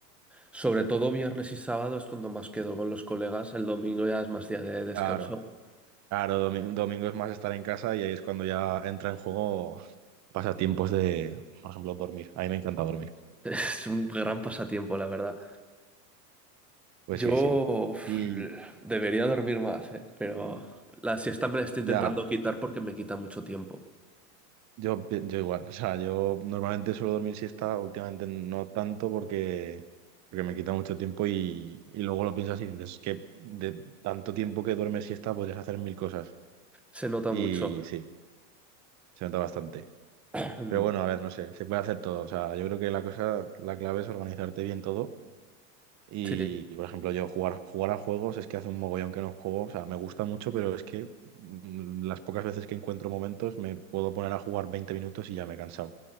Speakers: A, in the centre; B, on the right.
A: Sobre todo viernes y sábado es cuando más quedo con los colegas, el domingo ya es más día de descanso.
B: Claro,
A: <laughs>
B: claro, domi- domingo es más estar en casa y ahí es cuando ya entra en juego pasatiempos de, por ejemplo, dormir. A mí me encanta dormir.
A: Es un gran pasatiempo, la verdad.
B: Pues
A: Yo
B: sí, sí.
A: uf,
B: Y
A: debería dormir más, eh, pero la siesta me la estoy intentando
B: ya.
A: quitar porque me quita mucho tiempo.
B: Yo, pi- yo igual, o sea, yo normalmente suelo dormir siesta, últimamente no tanto porque, porque me quita mucho tiempo y, y luego lo piensas y dices, es que de tanto tiempo que duermes siesta podrías hacer mil cosas.
A: Se nota
B: Y
A: mucho.
B: sí, se nota bastante.
A: <clears throat>
B: Pero bueno, a ver, no sé, se puede hacer todo. O sea, yo creo que la cosa, la clave es organizarte bien todo. Y,
A: Sí,
B: y, por ejemplo, yo jugar, jugar a juegos es que hace un mogollón que no juego. O sea, me gusta mucho, pero es que mm, las pocas veces que encuentro momentos me puedo poner a jugar 20 minutos y ya me he cansado.